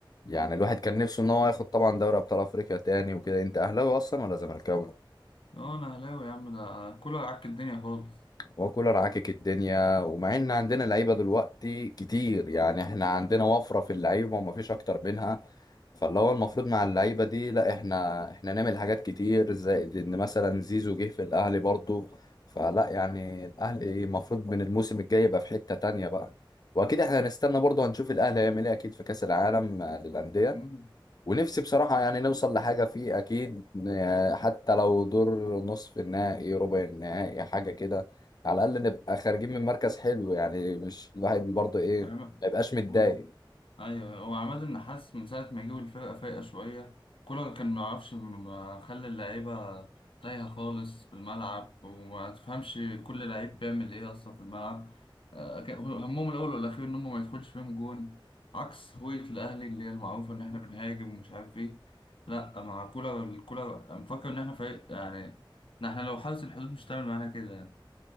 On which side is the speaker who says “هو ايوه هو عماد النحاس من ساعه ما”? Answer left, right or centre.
Left